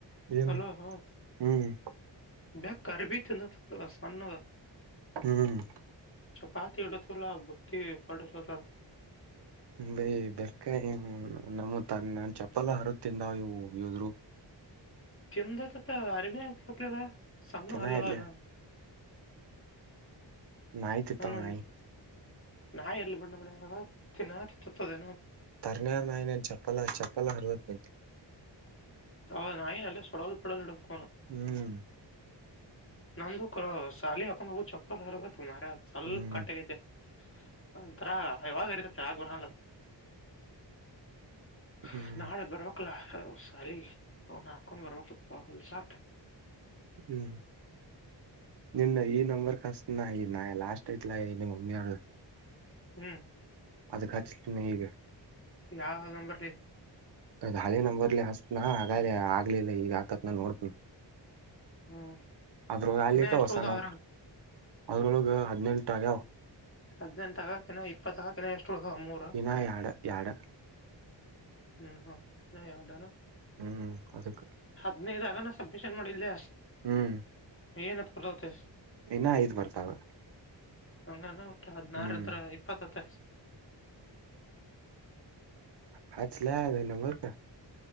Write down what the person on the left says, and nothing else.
ಹಲೋ ಹ್ಮ್
ಬ್ಯಾ ಕಾರ್ಬಿ <unintelligible> ಸಣ್ಣದು
ಚಪಾತಿಡಲ್ಲ ಬತಿ ಪಡಲ್ಲ
ತಿಂದ ಅರಮ ಆಲದ ಸಣ್ಣ
ಹೊಲದಾಗ
ನಾನು
ನಾಯಿ ಎಲ್ಲಿ ಬಣ್ಣ ಮನ ಆಗ ತಿನ್ನ ಚಿತ್ತುತ್ತದೇನು
ಹ ನಾಯಿ ನಲ್ಲ ಸಡಾಲ್ಪಡ ನಕೊಂಡ
ನಮ್ದು ಕ ಸಾಲ ಹಾಕೊಂಡ್ ಹೋಗು ಚಪ್ಪಲ್ ಅರ್ಬೇಕ ಮಾರ ಸ್ವಲ್ಪ
ಕಟ್ಟಗೈತೆ ಒಂತರ ಹವಾ ಗರಿತ ಗುರಲ್ಲ
<inaudible> ನಾಳೆ ಬರ್ವಕ್ಲ ಹಲೋ ಸಾರಿ ಹ ಹಾಕ ಬರ ಸಾ
ಹ್ಮ್
ಯಾವ ಹಗಂಬರ್
ಹ್ಮ್
ಇನ್ನ ಎಷ್ಟು
ಉಳ್ದಾವ
ಅದ್ರಾಗ
ಹದನೆಟ ತಗಕಿನ ಇಪ್ಪತ್ತಕಿನ ಎಷ್ಟು ಉಳ್ದಾವ ಮೂರ
ಹ್ಮ್ ಹಾ ಮ ಯಾರ್ದ
ಹದಿನೈದ ಆಗನ ಸಬ್ಮಿಷನ್ ಮಾಡಿಲ್ಲೇ
ಏನ ಪದಾವತೆ
ಹಂಗನಾ ವಟ ಹದನಾರ
ಇಂದ ಇಪ್ಪತ್ ಹತ್ತೈತಿ